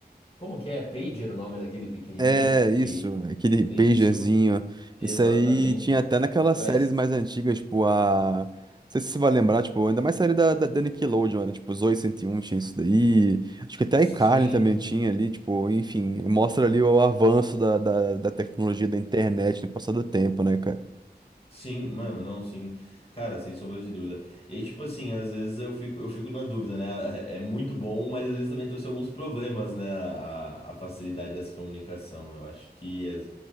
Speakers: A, on the left (about 35°); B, on the right (about 25°).
A: Como que é? Pager o nome daquele pequenininho?
B: É, isso,
A: Que...
B: aquele
A: Isso,
B: pagerzinho.
A: exatamente.
B: Isso aí tinha até naquelas
A: Pra...
B: séries
A: es-
B: mais antigas, tipo a. Não sei se você vai lembrar, tipo, ainda mais série da, da, da Nickelodeon, né? Tipo, Zoey 101 tinha isso daí. Acho que até a
A: Sim.
B: iCarly também tinha ali, tipo, enfim, mostra ali o avanço da, da, da tecnologia da internet no passar do tempo, né, cara?
A: Sim, mano, não, sim. Cara, sem sombra de dúvida. E aí, tipo assim, às vezes eu fico, eu fico na dúvida, né? É é muito bom, mas às vezes também trouxe alguns problemas, né? A, a facilidade dessa comunicação. Eu acho que as,